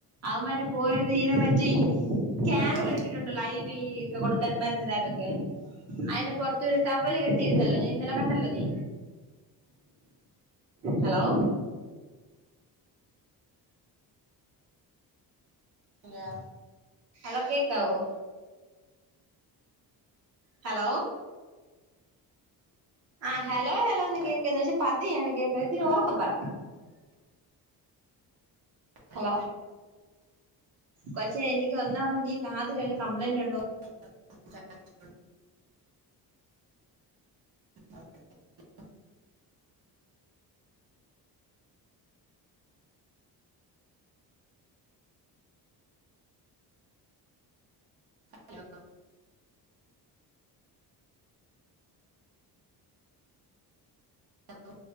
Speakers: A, on the right; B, on the right.
A: അവമ്മാര് പോയത് ഈര മറ്റി ക്യാനൊല
B: ഹലോ
A: ഇട്ടിട്ടുണ്ടല്ലോ ഐ വീ കൊടുക്കാൻ മരുന്ന്ടാനൊക്കെ. അയിന്റെ പൊറത്തൊരു ട്ടവ്വല് കെട്ടിയിരുന്നല്ലോ ഞ ഇന്നലെ കണ്ടല്ലോ നീ ഹലോ
B: ഇല്ലാ
A: ടാ കേക്കാവോ ഹലോ ആഹ് ഹലോ ഹലോന്ന് കേക്ക്ന്ന് പഷേ പതിയാണ് കേക്ക ഇത്തിരി ഒ റക്കപ്പറ ഹലോ
B: എനിക്ക്
A: കൊച്ചേ എനിക്ക് വ വന്നാ മതി കാതിരെല്ല കംപ്ലയിന്റുണ്ടോ
B: <unintelligible> <inaudible> ഹലോ ഹലോ